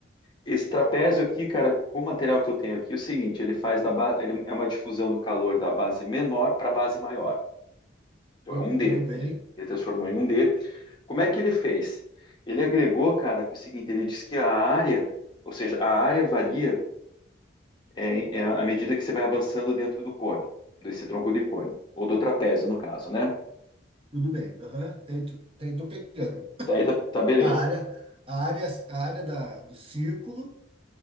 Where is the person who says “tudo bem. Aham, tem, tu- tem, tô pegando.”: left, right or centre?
Right